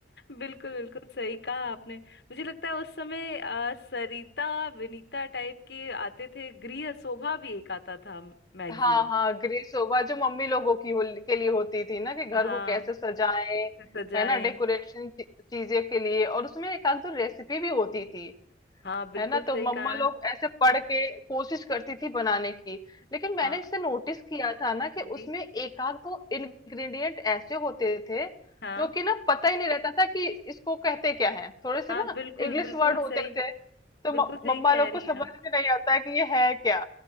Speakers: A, on the left; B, on the left.
A: बिल्कुल बिल्कुल सही कहा आपने मुझे लगता है उस समय अ, सरिता विनीता टाइप के आते थे गृह शोभा भी एक आता था मैगजीन
B: हाँ हाँ ग्रे सोफा जो मम्मी लोगों की हो, के लिए होती थी ना कि घर
A: हाँ
B: को कैसे सजाएं
A: कैसे सजाए
B: है ना डेकोरेशन चीजें के लिए और उसमें एक आध दो रेसिपी भी होती थी
A: हाँ बिल्कुल
B: है ना
A: सही
B: तो मम्मा
A: कहा
B: लोग ऐसे पढ़ के कोशिश करती थी बनाने की लेकिन मैंने
A: हाँ
B: इससे नोटिस किया था ना कि
A: जी
B: उसमें एक आध दो इंग्रेडिएंट ऐसे होते थे
A: हाँ
B: जो कि ना पता ही नहीं रहता था कि इसको कहते क्या है थोड़े से
A: हाँ
B: ना
A: बिल्कुल
B: इंग्लिश
A: बिल्कुल
B: वर्ड होते
A: सही
B: थे तो
A: बिल्कुल
B: म,
A: सही
B: मम्मा
A: कह
B: लोग
A: रही
B: को समझ
A: हैं आप
B: में नहीं आता कि ये है क्या